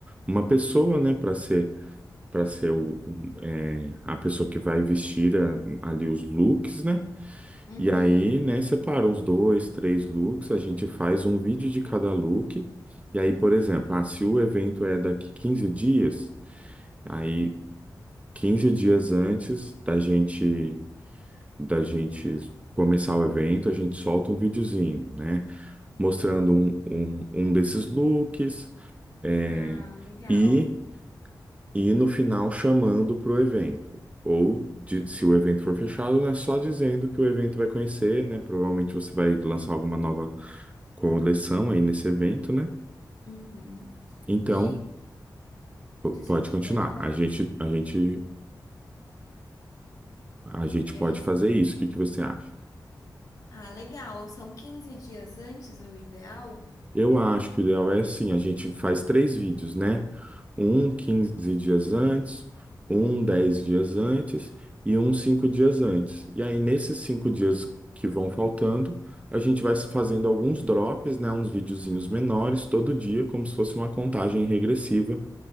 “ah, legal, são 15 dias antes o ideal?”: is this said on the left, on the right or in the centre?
Left